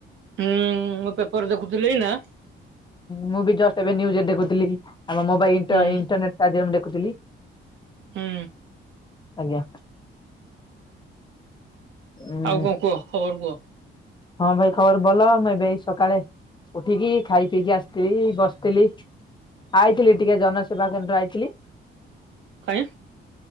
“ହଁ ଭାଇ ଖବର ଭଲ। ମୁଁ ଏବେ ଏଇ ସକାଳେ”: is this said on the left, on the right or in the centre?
Left